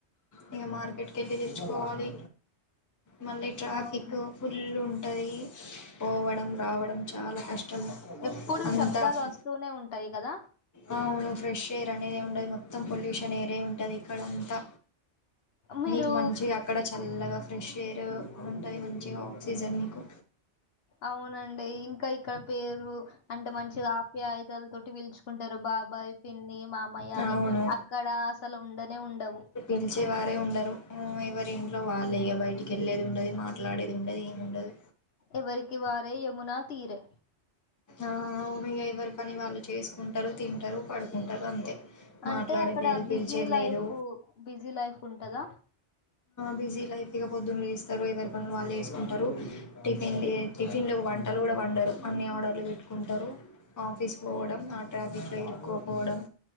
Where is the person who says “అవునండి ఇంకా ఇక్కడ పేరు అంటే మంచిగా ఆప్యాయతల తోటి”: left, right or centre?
Left